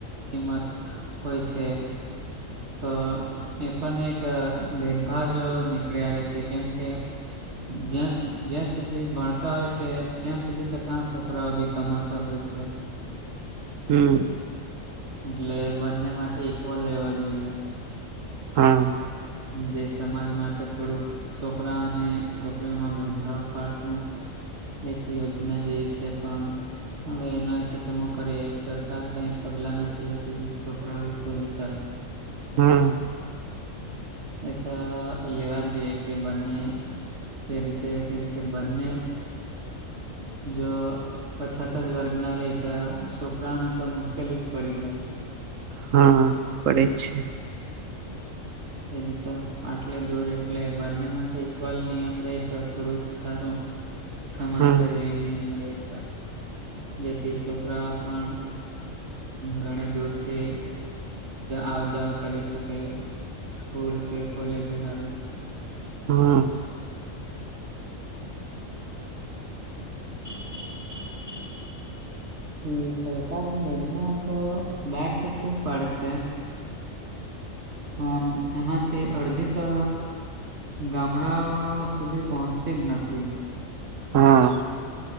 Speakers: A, on the right (about 55°); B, on the right (about 75°).
A: કિંમત હોય છે. તો. એ પણ એક ભેદભાવ જો નીકળી આવે છે કેમ કે. જ્યાં જ્યાં સુધી ભણતા હોય છે ત્યાં સુધી તો ક છોકરા બી કમાતા હોય છે.
B: હમ.
A: એટલે બંને માટે ઈક્વલ રહેેવા જોઈએ.
B: હા.
A: જે સમાજ માટે થોડુંક છોકરા અને છોકરીઓમાં ભેદભાવ પાડતું એક યોજના જે વિશે પણ હવે એના વિશે તો હું કરીએ સરકાર કઈ પગલા નથી લેતી છોકરાઓ વિશે વિતર.
B: હમ.
A: એ તો લેવા જ જોઈએ કે બંને તે રીતે કેમ કે બંને જો. પછાત જ વર્ગ ના રેતા શો. છોકરાઓને તો મુશ્કેલી જ પડી જાય.
B: હા પડે છે.
A: તે જ તો આટલે દૂર એટલે બંને માટે ઈક્વલ નિયમ ર તો થોડુંક સારું. સમાનતા
B: હમ
A: જેવી નની અમ ર. જેથી છોકરાઓ પણ ઘણી દૂરથી આવજાવ કરી શકે. સ્સ્કૂલ કે કોલેજ હાર.
B: હા.
A: હમ. એ સ સરકાર ન યોજના. તો. બહાર તો ખૂબ પાડે છે. પણ એમાંથી અડધી તો ગામડાઓ સુધી. પહોંચતી નથી.
B: હા.